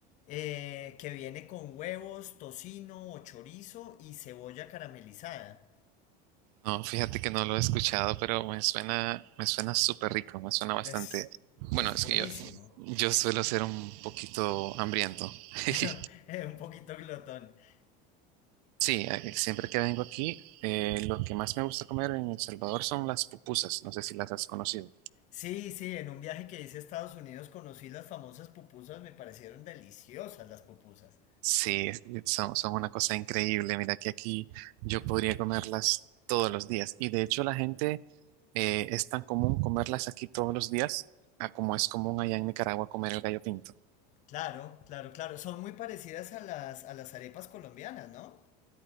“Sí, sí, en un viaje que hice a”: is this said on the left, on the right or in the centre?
Left